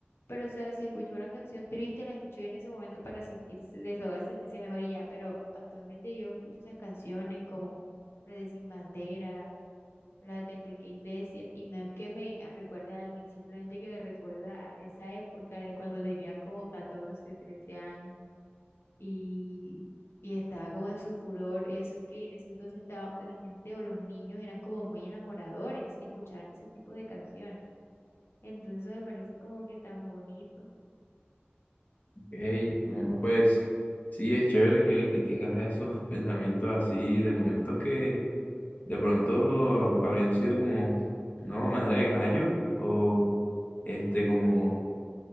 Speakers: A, on the left (about 80°); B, on the left (about 40°).
A: Pero, o sea, si escuchó una canción triste, la escuchó en ese momento para sentirse, desahogar, sentirse mejor y ya, pero actualmente yo escucho esas canciones como las de Sin Bandera, las de Enrique Iglesias, y no es que me recuerde a alguien, simplemente que me recuerda a esa época de cuando tenía como 14 13 años y, y estaba como en su furor. Eso es que en ese entonces estaba, la gente o los niños eran como muy enamoradores y escuchaban ese tipo de canciones. Entonces eso me parece como que tan bonito.
B: Ey, no, pues sí, es chévere que, que tengas esos <laughs> pensamientos así de momentos que de pronto habrían sido como, no, manera de gallo o este como